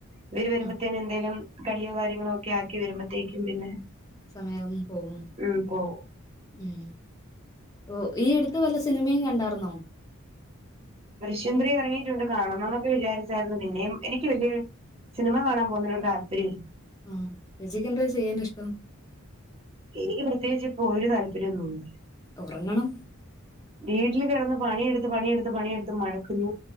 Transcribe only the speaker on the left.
ഉം
സമയവും പോകവും
ഉം ഓ ഈ എടുത്ത് വല്ല സിനിമയും കണ്ടായിർുന്നോ
ആഹ ചേച്ചിക്ക് എന്താ ചെയ്യാന ഇഷ്ടം
ഉറങ്ങണം